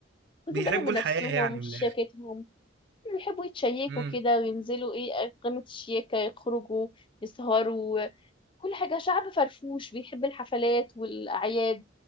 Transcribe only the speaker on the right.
<laughs>
بيحبوا
الحياة
يعني من
الاخر